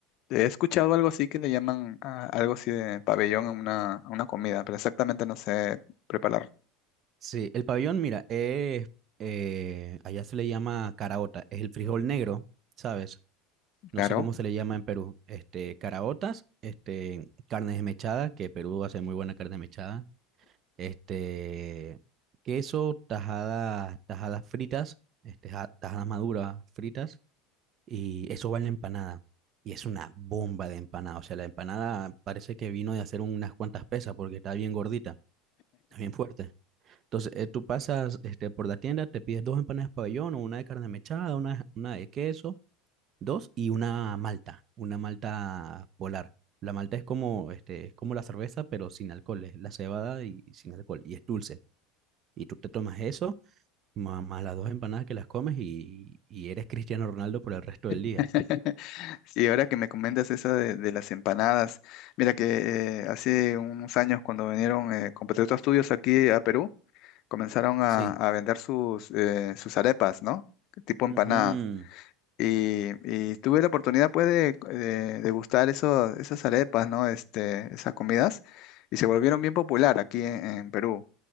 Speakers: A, on the left (about 45°); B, on the right (about 35°).
A: He escuchado algo así que le llaman a- algo así de pabellón a una, a una comida, pero exactamente no sé preparar.
B: Sí, el pabellón, mira, es, eh, allá se le llama caraota, es el frijol negro, ¿sabes? no
A: Claro.
B: sé cómo se le llama en Perú, este, caraotas, este, carne desmechada, que Perú hace muy buena carne desmechada, este, queso, tajadas, tajadas fritas, este, ja- tajadas maduras fritas, y eso va en la empanada. Y es una bomba de empanada, o sea, la empanada parece que vino de hacer unas cuantas pesas porque está bien gordita, está bien fuerte. Entonces, eh, tú pasas este, por la tienda, te pides dos empanadas pabellón o una de carne mechada, una, una de queso Dos y una malta, una malta polar. La malta es como, este, es como la cerveza, pero sin alcohol, es la cebada y y sin alcohol, y es dulce. Y tú te tomas eso, ma- más, las dos empanadas que las comes y, y eres Cristiano Ronaldo por el resto del día.
A: <laughs> Sí, ahora que me comentas esa de, de las empanadas, mira que eh, hace unos años cuando vinieron eh, compatriotas tuyos aquí a Perú, comenzaron a,
B: Sí.
A: a vender sus, eh, sus arepas, ¿no? Tipo empanadas.
B: Ujú.
A: Y, y tuve la oportunidad pues de, de degustar eso, esas arepas, ¿no? Este, esas comidas y se volvieron bien popular aquí en, en Perú.